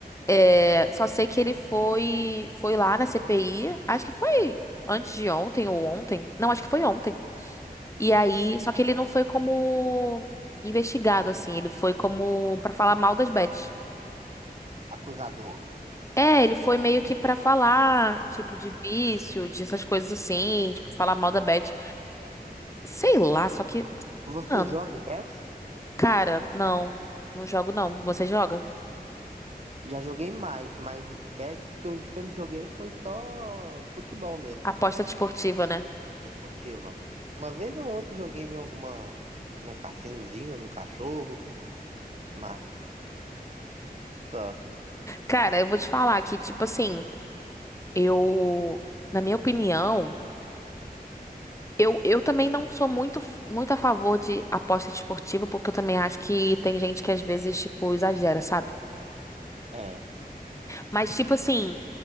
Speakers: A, on the left (about 20°); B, on the right (about 45°).
A: é, só sei que ele foi, foi lá na CPI, acho que foi antes de ontem ou ontem. Não, acho que foi ontem. E aí, só que ele não foi como investigado assim, ele foi como pra falar mal das Bets.
B: Acusador,
A: É, ele foi meio que pra falar, tipo, de vício, de essas coisas assim, tipo, falar mal da Beth. Sei lá, só que,
B: você
A: mano,
B: joga em bets?
A: cara, não, não jogo não. Você joga?
B: Já joguei mais, mas bets que eu sempre joguei foi só futebol mesmo.
A: Aposta desportiva, né?
B: Esportiva. Uma vez ou outra joguei em alguma. num cassinozinho, num cachorro, mas só.
A: Cara, eu vou te falar que, tipo assim, eu, na minha opinião, eu, eu também não sou muito, f- muito a favor de aposta desportiva, porque eu também acho que tem gente que às vezes, tipo, exagera, sabe?
B: É.
A: Mas, tipo assim,